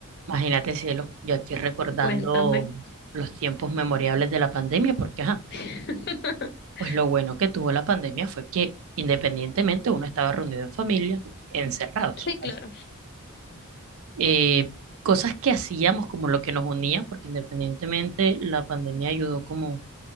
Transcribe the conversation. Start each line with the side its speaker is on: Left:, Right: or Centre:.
Right: Imagínate, cielo, yo aquí recordando
Left: Cuéntame.
Right: los tiempos memorables de la pandemia, porque ajá,
Left: <laughs>
Right: pues lo bueno que tuvo la pandemia fue que independientemente uno estaba reunido en familia, encerrados.
Left: Sí, claro.
Right: Así. Eh, cosas que hacíamos como lo que nos unía, porque independientemente la pandemia ayudó como